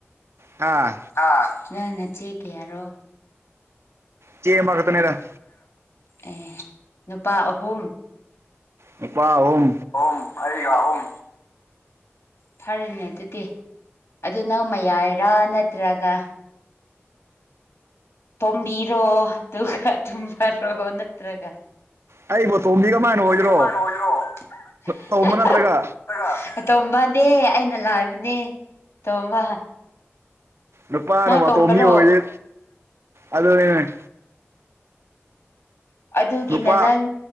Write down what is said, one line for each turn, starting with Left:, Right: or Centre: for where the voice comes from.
Right: ꯍꯥꯥ
Left: ꯑ ꯅꯪ ꯅ ꯆꯦꯛ ꯀꯌꯥꯔꯣ
Right: ꯆꯌꯦ ꯄꯥꯇꯅꯔ
Left: ꯑꯦ ꯅꯨꯄꯥ ꯑꯍꯨꯝ
Right: ꯏꯄꯥꯨꯝ
Left: ꯑ ꯑꯩꯒ ꯑ ꯎꯝ ꯐꯔꯅꯦ ꯑꯗꯨꯗꯤ ꯑꯗꯨ ꯅꯪ ꯃꯌꯥꯏꯔꯥ ꯅꯠꯇ꯭ꯔꯒ ꯇꯣꯝꯕꯤꯔꯣ ꯑꯗꯨꯒ ꯇꯨꯝꯃꯔꯣ ꯅꯠꯇ꯭ꯔꯒ
Right: ꯑꯩ ꯕꯣꯇꯣꯝꯗꯤ ꯀꯃꯥꯏꯅ ꯑꯣꯏꯗꯣꯏꯔꯣ
Left: ꯔꯣꯃꯥꯏꯅ
Right: ꯇꯣꯝꯕ ꯅꯠꯇ꯭ꯔꯒ
Left: ꯇꯣꯝꯕꯅꯦ ꯑꯩꯅ ꯂꯥꯛꯕꯅꯦ ꯇꯣꯝꯕ
Right: ꯂꯨꯄꯥꯅ
Left: ꯅꯪ
Right: ꯃꯇꯣꯝꯕꯤ
Left: ꯇꯣꯝꯕꯔꯣ
Right: ꯑꯣꯏꯗꯤ ꯑꯗꯨꯅꯦ
Left: ꯑꯗꯨꯒꯤꯅ
Right: ꯅꯨꯄꯥ
Left: ꯅꯪ